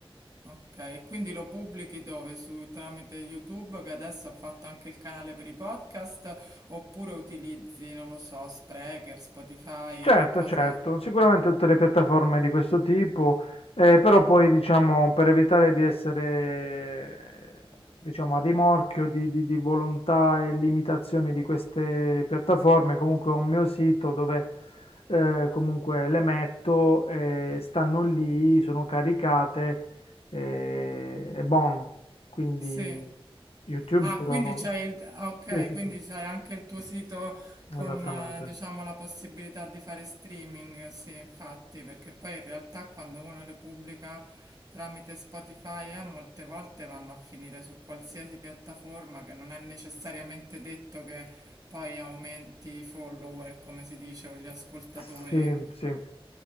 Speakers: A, on the right; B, on the left.
A: Ok, e quindi lo pubblichi dove? Su, tramite YouTube, che adesso ha fatto anche il canale per i podcast, oppure utilizzi, non lo so, Spreaker, Spotify,
B: Certo,
A: che cosa?
B: certo, sicuramente tutte le piattaforme di questo tipo, eh, però poi diciamo per evitare di essere eh, diciamo, a rimorchio di, di- di volontà e limitazioni di queste piattaforme, comunque ho un mio sito dove eh, comunque le metto, eh, stanno lì, sono caricate eh, e bon, quindi
A: Sì.
B: YouTube
A: Ah,
B: però
A: quindi
B: no.
A: c'hai il... ah, ok,
B: Sì, sì,
A: quindi
B: sì,
A: c'hai anche il tuo sito con,
B: esattamente.
A: eh, diciamo, la possibilità di fare streaming, sì, infatti, perché poi in realtà quando uno le pubblica tramite Spotify, eh, molte volte vanno a finire su qualsiasi piattaforma che non è necessariamente detto che poi aumenti i follower, come si dice, o gli ascoltatori.
B: Sì, sì,